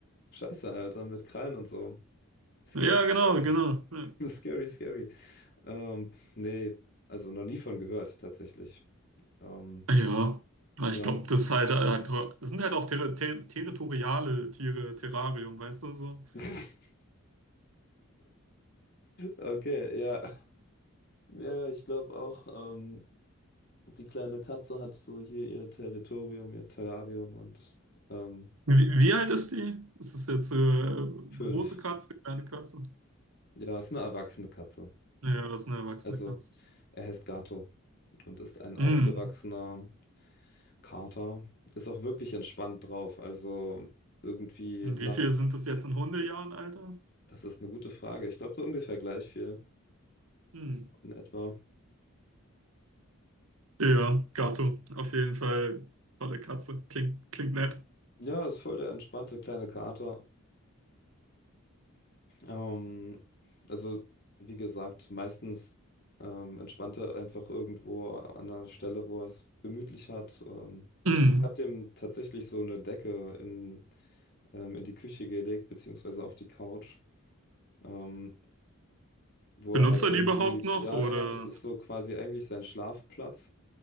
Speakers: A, on the left (about 45°); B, on the right (about 75°).
A: scheiße, Alter, mit Krallen und so. Scary,
B: Ja, genau,
A: scary.
B: genau. Ja,
A: <laughs> Scary, scary. Ähm, nee, also noch nie von gehört, tatsächlich. Ähm,
B: Ja. Aber
A: ja.
B: ich glaube, das halt, hat, das sind halt auch ter ter territoriale Tiere, Terrarium, weißt du so.
A: <laughs> Okay, ja. Ja, ja, ich glaube auch, ähm, die kleine Katze hat so hier ihr Territorium, ihr Terrarium und ähm,
B: Wie, wie alt ist die? Ist es jetzt äh,
A: fünf.
B: große Katze, kleine Katze?
A: Ja, ist eine erwachsene Katze.
B: Ja, das ist eine erwachsene
A: Also,
B: Katze.
A: er heißt Gato und ist ein ausgewachsener
B: Hm.
A: Kater. Ist auch wirklich entspannt drauf. Also, irgendwie
B: Und
A: nach.
B: wie viel sind das jetzt in Hundejahren, Alter?
A: Das ist eine gute Frage. Ich glaube, so ungefähr gleich viel.
B: Hm.
A: So In etwa.
B: Ja, Gato, auf jeden Fall tolle Katze. Klingt, klingt nett.
A: Ja, ist voll der entspannte kleine Kater. Ähm, also, wie gesagt, meistens ähm, entspannt er einfach irgendwo an einer Stelle, wo er es gemütlich hat. Ähm,
B: Mm.
A: ich habe dem tatsächlich so eine Decke in, ähm, in die Küche gelegt, beziehungsweise auf die Couch, ähm, wo
B: Benutzt
A: er halt
B: er
A: irgendwie,
B: die überhaupt noch
A: ja,
B: oder?
A: ja, das ist so quasi eigentlich sein Schlafplatz.